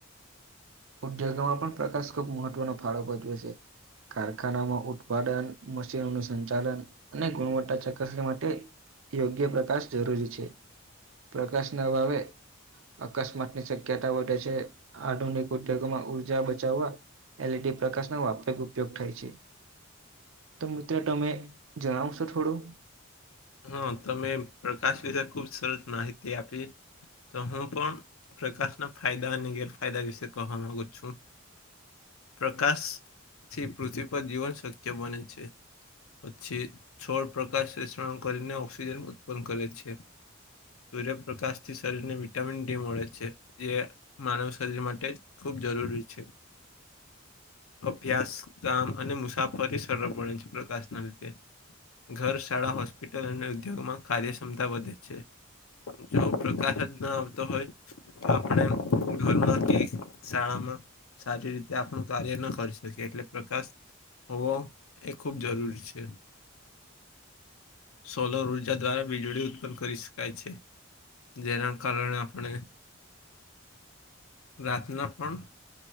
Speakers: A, on the right (about 70°); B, on the left (about 80°).
A: ઉદ્યોગોમાં પણ પ્રકાશ ખુબ મહત્વનો ફાળો ભજવે છે. કારખાનામાં ઉત્પાદન મશીનોનું સંચાલન અને ગુણવત્તા ચકાસણી માટે યોગ્ય પ્રકાશ જરૂરી છે, પ્રકાશના અભાવે અકસ્માતની શક્યતા વધે છે, આધુનિક ઉદ્યોગોમાં ઉર્જા બચાવવા એલડી પ્રકાશ <unintelligible> ઉપયોગ થાય છે, તો મિત્ર તમે જણાવશો થોડું
B: હ તમે પ્રકાશ વિશે ખુબ સરસ માહિતી આપી તો હું પણ પ્રકાશના ફાયદા અને ગેરફાયદા વિશે કહવા માંગુ છું. પ્રકાશથી પૃથ્વી પર જીવન શક્ય બને છે. પછી છોડ પ્રકા <unintelligible> કરીને ઓક્સિજન ઉત્પન્ન કરે છે. સૂર્યપ્રકાશથી શરીર ને વિટામિન ડી મળે છે, જે માનવ શરીર માટે ખૂબ જરૂરી છે. અભ્યાસ કામ અને મુસાફરી સરળ બને છે, પ્રકાશના લીધે ઘર, શાળા, હોસ્પિટલ અને ઉદ્યોગોમાં કારાદ્યક્ષ્મતા વધે છે. જો પ્રકાશ જ ન આવતો હોય આપણે ધોરમાંથી શાળામાં સારી રીતે આપણું કાર્ય ન કરી શકીએ. એટલે પ્રકાશ હોવો એ ખૂબ જરૂરી છે. સોલર ઉર્જા દ્વારા વીજળી ઉત્પન્ન કરી શકાય છે. જેના કારણે આપણે, રાતના પણ